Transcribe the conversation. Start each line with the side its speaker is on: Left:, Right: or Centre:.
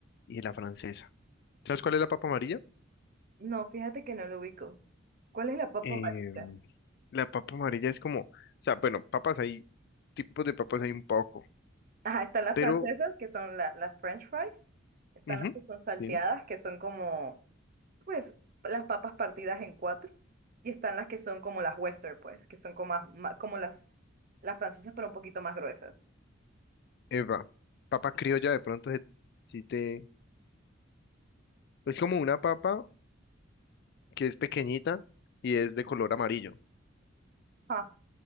Left: y la francesa. ¿Sabes cuál es la papa amarilla?
Right: No, fíjate que no lo ubico. ¿Cuál es la papa
Left: Eh,
Right: amarilla?
Left: la papa amarilla es como, o sea, bueno, papas hay, tipos de papas hay un poco,
Right: Ajá, están las
Left: pero,
Right: francesas que son la- las French fries. Están
Left: ujú,
Right: las que son salteadas
Left: sí,
Right: que son como pues las papas partidas en cuatro. Y están las que son como las Western pues, que son como, más- ma- como las, las francesas pero un poquito más gruesas.
Left: Eva, papa criolla de pronto se- si te... Es como una papa que es pequeñita y es de color amarillo,
Right: Ajá.